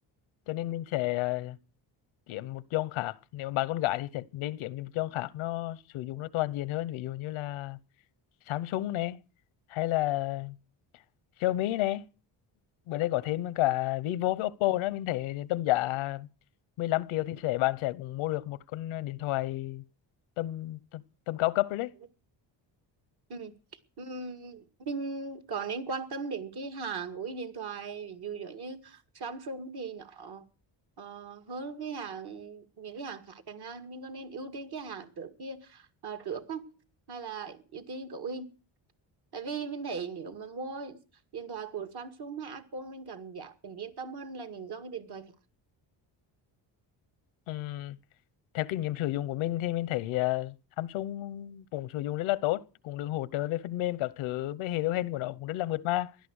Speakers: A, on the left; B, on the right.
A: cho nên mình sẽ à, kiếm một dòng khác nếu mà bạn con gái thì sẽ nên kiếm một dòng khác nó sử dụng nó toàn diện hơn ví dụ như là Samsung này hay là Xiaomi này bữa đây có thêm cả Vivo với Oppo nữa mình thấy tầm giá 15 triệu thì sẽ bạn sẽ cũng mua được một con điện thoại tầm tầm, tầm cao cấp rồi đấy
B: Ừ. Ừ. Ừm, mình có nên quan tâm đến cái hãng của cái điện thoại ví dụ giống như Samsung thì nó ờ, hơn cái hãng những cái hãng khác chẳng hạn mình có nên ưu tiên cái hãng trước kia ờ, trước không hay là ưu tiên cậu Hình tại vì mình thấy nếu mà mua điện thoại của Samsung hay Apple mình cảm giác mình yên tâm hơn là những dòng cái điện thoại khác
A: Ừm, theo kinh nghiệm sử dụng của mình thì mình thấy ờ, Samsung cũng sử dụng rất là tốt cũng được hỗ trợ về phần mềm các thứ với hệ điều hành của nó cũng rất là mượt mà